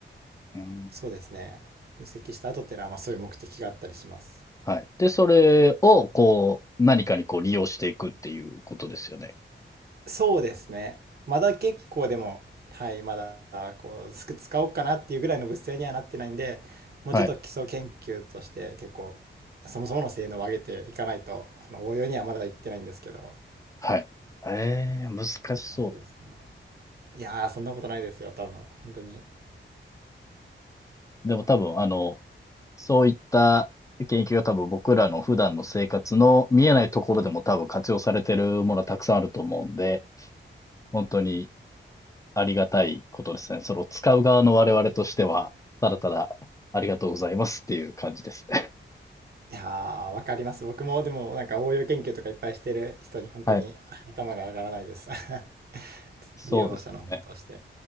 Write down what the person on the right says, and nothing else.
そうですね分析した後っていうのはまあそういう目的があったりします。
そうですね。まだ結構でも、はい、まだこうすく使おうかなっていうぐらいの物性にはなってないんで、もうちょっと基礎研究として結構、
そもそもの性能を上げていかないと、その応用にはまだいってないんですけど、
っていう感じですね。いやー、そんなことないですよ、多分、本当に。い
やー、わかります。僕もでもなんか応用研究とかいっぱいしてる人に本当に頭が上がらないです。
<laughs>
利用者の方として。